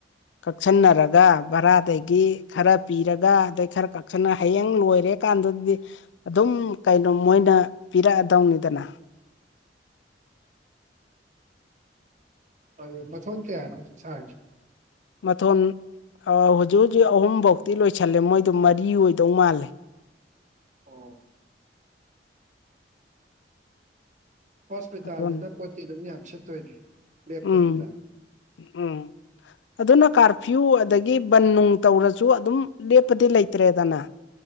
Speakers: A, on the left; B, on the right.
A: ꯀꯛꯁꯟꯅꯔꯒ ꯚꯔꯥꯗꯒꯤ ꯈꯔ ꯄꯤꯔꯒ ꯑꯗꯩ ꯈꯔ ꯀꯛꯁꯟꯅ ꯍꯌꯦꯡ ꯂꯣꯏꯔꯦ꯫ ꯀꯥꯟꯗꯗꯤ ꯑꯗꯨꯝ ꯀꯩꯅꯣ ꯃꯣꯏꯅ ꯄꯤꯔꯛꯑꯗꯧꯅꯤꯗꯅ꯫
B: ꯑꫭꯏ ꯃꯊꫭꯟ ꯀꯌꯥꯅꫭ ꯁꯥꯔꯤꯁꯦ꯫
A: ꯃꯊꯣꯟ ꯑ ꯍꯧꯖꯤꯛ-ꯍꯧꯖꯤꯛ ꯑꯍꯨꯝꯐꯧꯇꯤ ꯂꯣꯏꯁꯜꯂꯦ ꯃꯣꯏꯗꯣ ꯃꯔꯤ ꯑꯣꯏꯗꯧ ꯃꯥꯜꯂꯦ꯫
B: ꯑꯣ ꯍꯣꯁꯄꯤꯇꯥꯜꯅꯤꯅ
A: ꯃꯊꯣꯟ
B: ꯄꯣꯠ ꯆꯩ ꯑꯗꯨꯝ ꯌꯥꯝ ꯁꯤꯠꯇꯣꯏꯅꯦ ꯂꯦꯞꯇꯕꯤꯗ꯫
A: ꯎꯝ ꯎꯝ ꯑꯗꯨꯅ ꯀꯥꯔꯐ꯭ꯤꯌꯨ ꯑꯗꯒꯤ ꯕꯟ ꯅꯨꯡ ꯇꯧꯔꯁꯨ ꯑꯗꯨꯝ ꯂꯦꯞꯄꯗꯤ ꯂꯩꯇ꯭ꯔꯦꯗꯅ꯫